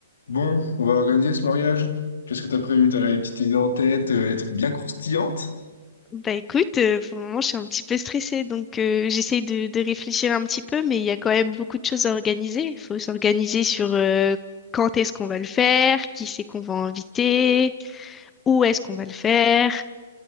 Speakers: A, on the left (about 80°); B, on the left (about 15°).
A: Bon, on va organiser ce mariage. Qu'est-ce que t'as prévu? T'as des petites idées en tête, euh, des trucs bien croustillantes?
B: Bah écoute, euh, pour le moment, je suis un petit peu stressée, donc euh, j'essaye de, de réfléchir un petit peu, mais il y a quand même beaucoup de choses à organiser. Il faut s'organiser sur euh, quand est-ce qu'on va le faire, qui c'est qu'on va inviter, où est-ce qu'on va le faire,